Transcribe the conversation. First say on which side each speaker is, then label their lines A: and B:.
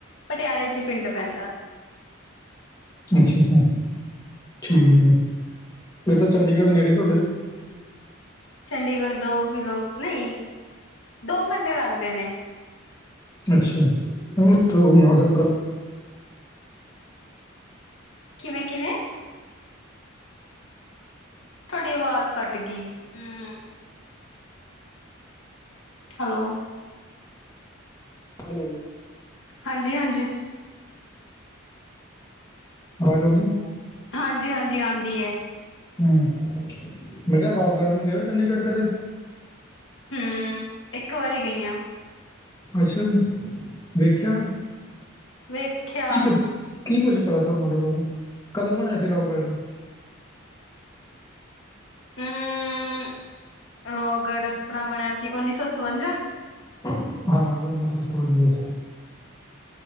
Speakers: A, on the left (about 70°); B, on the left (about 20°).
A: ਪਟਿਆਲੇ ਚ ਪਿੰਡ ਪੈਂਦਾ।
B: ਅੱਛਾ-ਅੱਛਾ ਠੀਕ
A: ਹਾਂਜੀ
B: ਹੈ, ਫਿਰ ਤਾਂ ਚੰਡੀਗੜ੍ਹ ਨੇੜੇ ਤੁਹਾਡੇ।
A: ਚੰਡੀਗੜ੍ਹ ਦੋ ਕਿਲੋ ਨਹੀਂ, ਦੋ ਘੰਟੇ ਲਾਗਦੇ ਨੇ।
B: ਅੱਛਾ, ਹੁਣ <unintelligible>
A: ਕਿਵੇਂ-ਕਿਵੇਂ? ਤੁਹਾਡੀ ਆਵਾਜ਼ ਕਟ ਗਈ। ਹੂੰ ਹੈਲੋ
B: ਹੈਲੋ।
A: ਹਾਂਜੀ-ਹਾਂਜੀ
B: ਆਵਾਜ਼ ਆਉਂਦੀ।
A: ਹਾਂਜੀ -ਹਾਂਜੀ ਆਂਦੀ ਏ,
B: ਹੂੰ, ਮੈਂ ਕਿਹਾ ਰੋਕ ਗਾਰਡਨ ਗਏ ਹੋ ਚੰਡੀਗੜ੍ਹ ਕਦੇ?
A: ਹਮ ਇੱਕ ਵਾਰੀ ਗਈ ਆ।
B: ਅੱਛਾ ਜੀ, ਵੇਖਿਆ?
A: ਵੇਖਿਆ
B: ਕੀ ਕੁ- ਕੀ ਕੁੱਛ ਪਤਾ ਤੁਹਾਨੂੰ ਉਹਦੇ ਬਾਰੇ? ਕਦੋਂ ਬਣਿਆ ਸੀ ਰੋਕ ਗਾਰਡਨ?
A: ਹਮ ਰੋਕ ਗਾਰਡਨ ਆਪਣਾ ਬਣਿਆ ਸੀ ਉੱਨੀ ਸੌ ਸਤਵੰਜਾ?
B: ਹਾਂਂ ਉਹਨਾ <unintelligible> ਬਣਦੀ